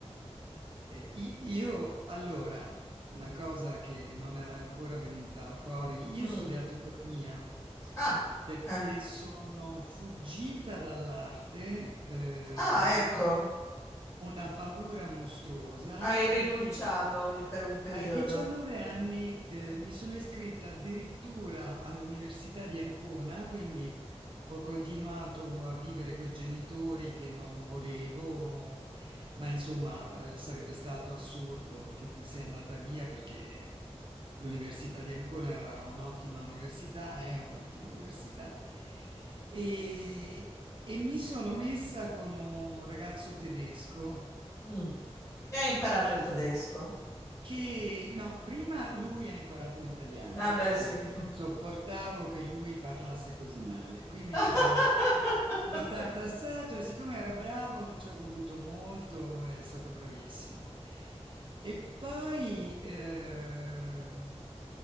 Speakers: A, on the right; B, on the left.
A: eh, i- io allora, una cosa che non era ancora venuta fuori, io
B: Mm.
A: ho studiato economia
B: Ah,
A: perché
B: eh.
A: sono fuggita dall'arte, eh,
B: Ah,
A: avevo
B: ecco,
A: una paura mostruosa
B: hai
A: e
B: rinunciato
A: quindi
B: in- per un periodo.
A: a 19 anni eh, mi sono iscritta addirittura all'Università di Ancona, quindi ho continuato a vivere con i genitori che non volevo, ma insomma eh, sarebbe stato assurdo che fossi andata via perché l'Università di Ancona era un'ottima università, è un'ottima università. E, e mi sono messa con un ragazzo tedesco
B: Mm. E hai imparato
A: che
B: il tedesco.
A: che no, prima lui ha imparato l'italiano
B: Ah, beh, sì.
A: perché non sopportavo che lui parlasse così male, quindi
B: <laughs>
A: l'ho l'ho tartassato e siccome era bravo non ci è voluto molto, è stato bravissimo. E poi, ehm,